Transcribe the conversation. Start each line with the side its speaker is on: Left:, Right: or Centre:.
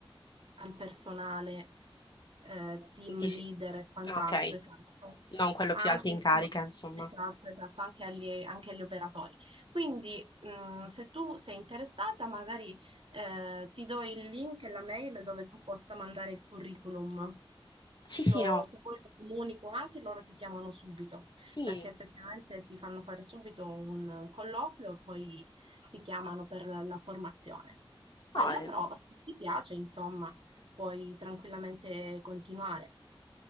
Right: al personale, eh, team
Left: Dici,
Right: leader e quant'altro,
Left: ok,
Right: esatto.
Left: non quello
Right: Ma
Left: più
Right: anche,
Left: alto in
Right: insomma,
Left: carica, insomma.
Right: esatto, esatto, anche agli, anche agli operatori. Quindi, mh, se tu sei interessata, magari, eh, ti do il link e la mail dove tu possa mandare il curriculum.
Left: Sì,
Right: Lo-
Left: sì, no.
Right: se poi lo comunico anche, loro ti chiamano subito,
Left: Sì,
Right: perché effettivamente ti fanno fare subito un colloquio e poi ti chiamano per la formazione. Fai
Left: no,
Right: la
Left: eh,
Right: prova, se ti piace, insomma, puoi tranquillamente continuare